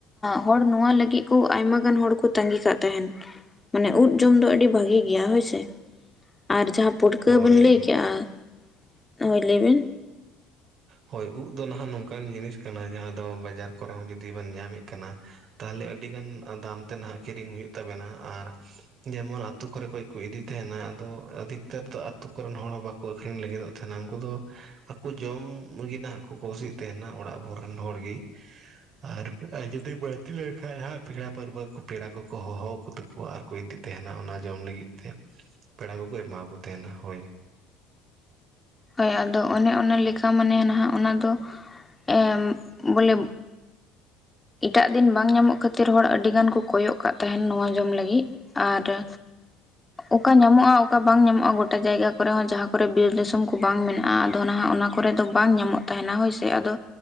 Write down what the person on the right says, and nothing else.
ᱦᱳᱭ
ᱦᱳᱭ ᱩᱫ ᱫᱚ ᱱᱟᱦᱟᱜ ᱱᱚᱝᱠᱟᱱ ᱡᱤᱱᱤᱥ ᱠᱟᱱᱟ ᱡᱟᱦᱟᱸ ᱫᱚ ᱵᱟᱡᱟᱨ ᱠᱚᱨᱮ ᱦᱚᱸ ᱡᱩᱫᱤ ᱵᱮᱱ ᱧᱟᱢᱮᱜ ᱠᱟᱱᱟ, ᱛᱟᱦᱚᱞᱮ ᱟᱹᱰᱤᱜᱟᱱ ᱫᱟᱢ ᱛᱮ ᱱᱟᱦᱟᱜ ᱠᱤᱨᱤᱧ ᱦᱩᱭᱩᱜ ᱛᱟᱵᱮᱱᱟ ᱟᱨ ᱡᱮᱢᱚᱱ ᱟᱛᱳ ᱠᱚᱨᱮ ᱠᱚᱭ ᱠᱚ ᱤᱫᱤ ᱛᱟᱦᱮᱸᱱᱟ ᱟᱫᱚ ᱟᱫᱛᱟᱹᱨ ᱫᱚ ᱟᱛᱳ ᱠᱚᱨᱮᱱ ᱦᱚᱲ ᱦᱚᱸ ᱵᱟ ᱠᱚ ᱟᱹᱠᱷᱨᱤᱧ ᱞᱟᱹᱜᱤᱫᱚᱜ ᱛᱟᱦᱮᱸᱱᱟ ᱩᱱᱠᱩ ᱫᱚ ᱟᱠᱚ ᱡᱚᱢ ᱞᱟᱹᱜᱤᱜ ᱱᱟᱦᱟᱜ ᱠᱚ ᱠᱚ ᱥᱤᱜ ᱛᱟᱦᱮᱸᱱᱟ ᱚᱲᱟᱜ ᱵᱷᱳᱨ ᱨᱮᱱ ᱦᱚᱲ ᱜᱮ, ᱟᱨ ᱡᱩᱫᱤ ᱵᱟᱹᱲᱛᱤ ᱞᱮᱱᱠᱟᱱ ᱦᱟᱸᱜ ᱯᱮᱲᱟ ᱯᱟᱹᱨᱣᱟᱹ ᱠᱚ ᱯᱮᱲᱟ ᱠᱚᱠᱚ ᱦᱚᱦᱚᱠᱚᱛᱟ ᱠᱚᱣᱟ ᱟᱨ ᱠᱚ ᱤᱫᱤ ᱛᱟᱦᱮᱸᱱᱟ ᱚᱱᱟ ᱡᱚᱢ ᱞᱟᱹᱜᱤᱫ ᱛᱮ, ᱯᱮᱲᱟ ᱠᱚᱠᱚ ᱮᱢᱟ ᱠᱚ ᱛᱟᱦᱮᱸᱱᱟ ᱦᱳᱭ᱾
<inaudible>